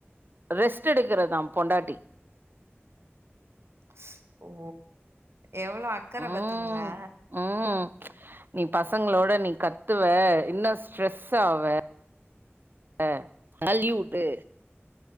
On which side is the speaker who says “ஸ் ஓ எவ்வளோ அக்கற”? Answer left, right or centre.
Right